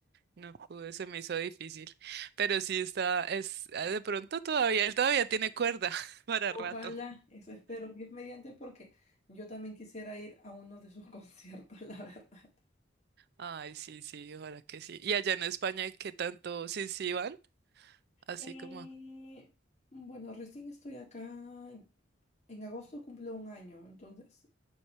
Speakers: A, on the right; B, on the left.
A: No pude, se me hizo difícil. Pero sí está, es, ah, de pronto todavía, él todavía tiene cuerda <laughs> para
B: Ojalá,
A: rato.
B: eso espero, Dios mediante, porque yo también quisiera ir a uno de sus <laughs> conciertos, la verdad.
A: Ay, sí, sí, ojalá que sí. Y allá en España, ¿qué tanto? Sí, sí, van, así
B: Eh,
A: como.
B: bueno, recién estoy acá. En agosto cumplo un año, entonces